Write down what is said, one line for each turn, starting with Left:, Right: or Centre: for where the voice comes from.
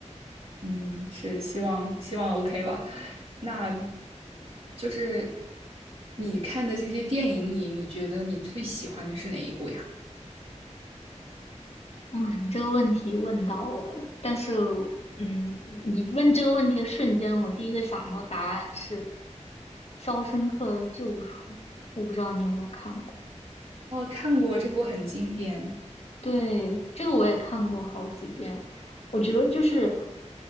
Right: 嗯，是希望希望 OK 吧？那就是你看的这些电影里，你觉得你最喜欢的是哪一部呀？
Left: 哇，你这个问题问到我了，但是，嗯，你问这个问题的瞬间，我第一个想到的答案是《肖申克的救赎》，我不知道你有没有看过。
Right: 哦，看过这部很经典。
Left: 对，这个我也看过好几遍，我觉得就是，